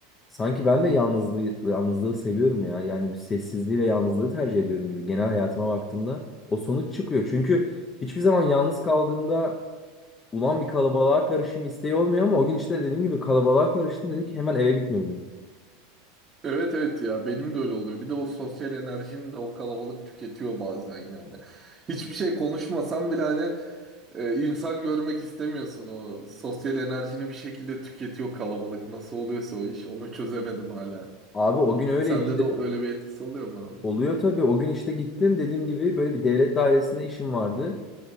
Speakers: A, on the left (about 25°); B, on the right (about 25°).
A: sanki ben
B: Hı hı.
A: de yalnızlığı, yalnızlığı seviyorum ya. Yani bir sessizliği ve yalnızlığı tercih ediyorum gibi. Genel hayatıma baktığımda o sonuç çıkıyor. Çünkü
B: Hı hı.
A: hiçbir zaman yalnız kaldığımda ulan bir kalabalığa karışayım isteği olmuyor ama o gün işte dediğim gibi kalabalığa karıştım.
B: Hı
A: Dedim
B: hı.
A: ki hemen eve gitmeliyim.
B: Evet evet ya benim de öyle oluyor. Bir de o sosyal enerjini de o kalabalık tüketiyor bazen yani. Hiçbir şey konuşmasam bile hani e, insan görmek istemiyorsun o sosyal enerjini bir şekilde tüketiyor kalabalık. Nasıl oluyorsa o iş onu çözemedim hala.
A: Abi o gün öyle
B: Sende
A: işte
B: de öyle bir etkisi oluyor mu abi?
A: oluyor tabii. O gün işte gittim dediğim gibi böyle bir devlet dairesinde işim vardı.